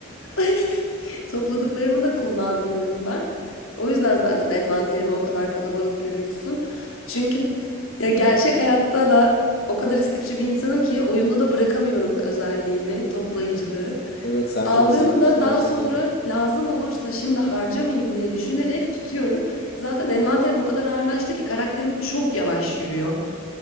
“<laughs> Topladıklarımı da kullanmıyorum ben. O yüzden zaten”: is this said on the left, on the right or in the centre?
Left